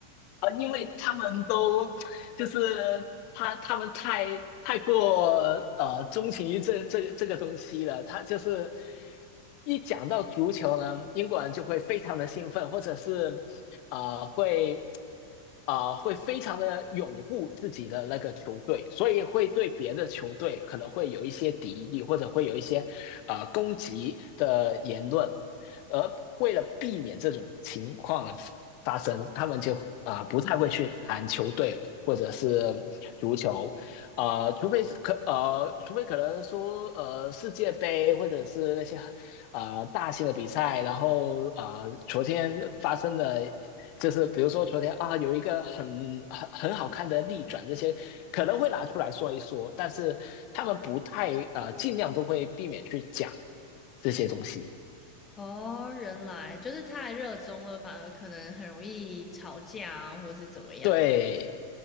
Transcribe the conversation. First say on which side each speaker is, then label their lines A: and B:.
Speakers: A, on the left; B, on the left.
A: 啊，因为他们都就是他他们太太过呃钟情于这这个这个东西了，他就是一讲到足球呢，英国人就会非常的兴奋，或者是啊、呃会啊、呃会非常的拥护自己的那个球队，所以会对别的球队可能会有一些敌意，或者会有一些啊、呃攻击的言论。而为了避免这种情况发生，他们就啊、呃不太会去谈球队或者是足球，呃，除非是可呃，除非可能说呃世界杯或者是那些呃大型的比赛，然后呃昨天发生的。就是比如说昨天啊，有一个很很很好看的逆转，这些可能会拿出来说一说，但是他们不太呃，尽量都会避免去讲这些东西。
B: 哦，原来就是太热衷了，反而可能很容易吵架啊，或是怎么样。
A: 对，